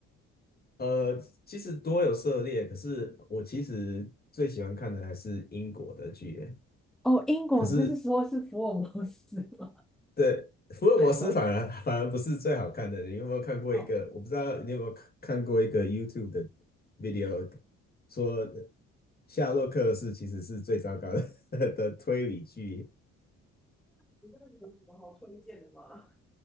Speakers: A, on the left (about 30°); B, in the centre.
A: 呃，其实多有涉猎，可是我其实最喜欢看的还是英国的剧耶
B: 哦，英国，
A: 可是，
B: 就是说是福尔摩斯吗？
A: 对，福尔摩斯反而反而不是最好看的。
B: <laughs> 对，都
A: 你有没有看过一个？
B: 哦，
A: 我不知道你有没有看过一个 YouTube 的 video，说夏洛克是其实是最糟糕的 <laughs> 的推理剧。
B: 你那里有什么好推荐的吗？